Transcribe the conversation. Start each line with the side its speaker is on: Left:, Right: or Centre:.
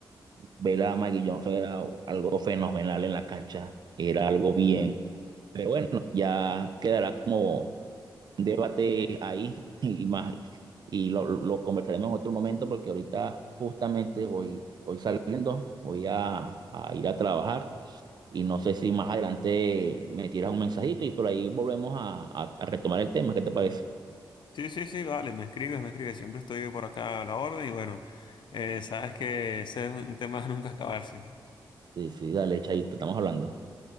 Right: Ver a Maggie Johnson era algo fenomenal en la cancha, era algo bien. Pero bueno, ya quedará como un debate ahí <laughs> y más. Y lo, lo conversaremos en otro momento porque ahorita justamente hoy, hoy saliendo, voy a, a ir a trabajar y no sé si más adelante me tiras un mensajito y por ahí volvemos a, a a retomar el tema. ¿Qué te parece?
Left: Sí, sí, sí, vale, me escribes, me escribes, siempre estoy por acá a la orden y bueno, eh, sabes que ese es un tema de nunca acabarse.
Right: Sí, sí, dale, chaito, estamos hablando.